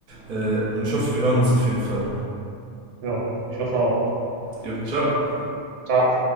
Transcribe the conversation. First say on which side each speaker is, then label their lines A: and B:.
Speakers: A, on the right; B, on the right.
A: äh, und ich hoffe, wir hören uns auf jeden Fall.
B: Ja, ich hoffe auch.
A: Jo, ciao.
B: Ciao.